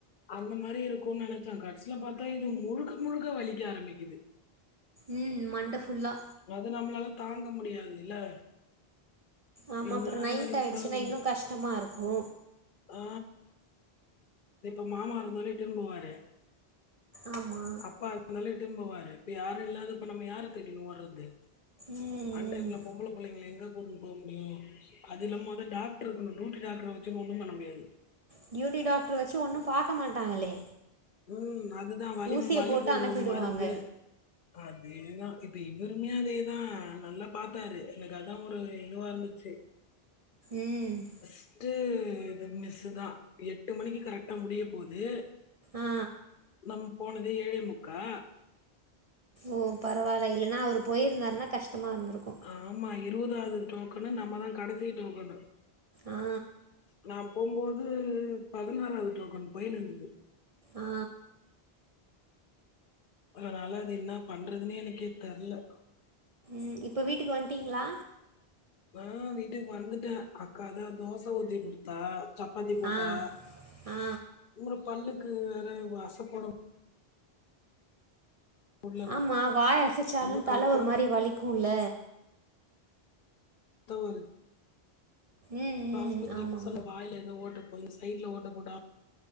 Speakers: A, on the left (about 60°); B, on the right (about 50°).
A: அந்த மாரி இருக்குன்னு நெனைச்சே கடசில பாத்தா இது முழுக்க முழுக்க வலிக்க ஆரம்பிக்குது
B: ம் மண்ட ஃபுல்லா
A: அது நம்மளால தாங்க முடியாது இல்ல
B: ஆமா
A: என்ன
B: அப்றோ நைட்
A: வயசாகுது
B: ஆயிடுச்சுன்னா இன்னு கஷ்டமா இருக்கு
A: ஆ இப்ப மாமா இருந்தாலே இட்டுன்னு போவாரு
B: ஆமா
A: அப்பா இருந்தாலு இட்டுன்னு போவாரு இப்ப யாரு இல்லாதப்ப நம்ம யார தேடின்னு ஓட்றது
B: ம்
A: அன்டைம்ல
B: ம்
A: பொம்பள புள்ளைங்கள எங்க கூட்டுன்னு போ முடியு அது இல்லாம மொத டாக்டர் இருக்கனு டியூட்டி டாக்டர் வெச்சுனு ஒன்னு பண்ண முடியாது
B: டியூட்டி டாக்டர் வெச்சு ஒன்னு பாக்க மாட்டாங்களே
A: ம் அதுதா வலி
B: ஊசிய
A: வலிக்கு
B: போட்டு
A: ஒரு
B: அனுப்பிடுவாங்க
A: மருந்து அதேதா இப்ப இவருமே அதேதா நல்லா பாத்தாரு எனக்கு அதா ஒரு இதுவா இருந்துச்சி
B: ம்
A: ஃபர்ஸ்ட் இது மிஸ்சு தா எட்டு மணிக்கு கரெக்டா முடிய போது
B: ஆ
A: நம் போனதே ஏழே முக்கா
B: ஓ பரவால்ல இல்லன்னா அவரு போயிருந்தாருனா கஷ்டமா இருந்திருக்கு
A: ஆமா இருவதாது டோக்கனு நம்மதா கடைசி டோக்கனு
B: ஆ
A: நா போம்போது பதினொறாவது டோக்கன் போய்னுக்குது
B: ஆ
A: அதனால அது என்ன பண்றதுன்னே எனக்கே தெர்ல
B: ம் இப்ப வீட்டுக்கு வன்டீங்ளா
A: ஆ வீட்டுக் வந்துட்டே அக்காதா தோச ஊத்தி குடுத்தா சப்பாத்தி போட்டா
B: ஆ ஆ
A: இவுரு பல்லுக்கு வேற அசப்போட முடில
B: ஆமா வாய அசைச்சாலு
A: ரொம்ப கடக்
B: தல
A: கடக்குன்னு
B: ஒரு மாரி வலிக்குல்ல
A: அதா ஒரு இது
B: ம்
A: ஹாஸ்பத்திரி
B: ம் ஆமா
A: சொன்ன வாய்ல எதோ ஓட்டப்போ இந்த சைட்ல ஓட்ட போட்டா